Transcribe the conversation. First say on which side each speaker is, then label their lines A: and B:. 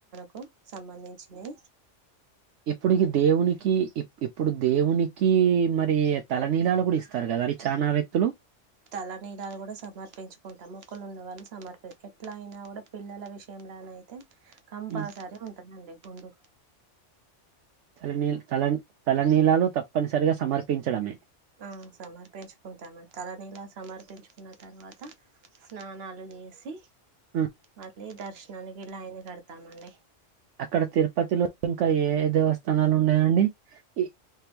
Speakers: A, on the right; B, on the right.
A: కు సంబంధించినై
B: ఇప్పుడుకి దేవునికి ఇప్పు ఇప్పుడు దేవుని కీ మరి తలనీలాలు కూడా ఇస్తారు కదా అండి చానా వ్యక్తులు
A: తలనీలాలు కూడా సమర్పించుకున్ మొక్కలు ఉన్న వాళ్ళు సమర్పించ ఎట్లా అయినా కూడా పిల్లల విషయంలోన అయితే కంపల్సరీ
B: ఉమ్,
A: ఉంటుందండి ఉండు
B: తలనీల్ తల తలనీలాలు తప్పనిసరిగా సమర్ప పించడమే
A: ఆ సమర్పించుకుంటామ తలనీలా సమర్పించు ఉన్న తర్వాత స్నానాలు చేసి
B: ఉమ్,
A: మళ్లీ దర్శనానికి నికి లైన్ కట్ తామండి
B: అక్కడ తిరుపతిలో ఇంకా ఏ ఏ దేవస్థానాలు ఉన్నాయండి ఈ-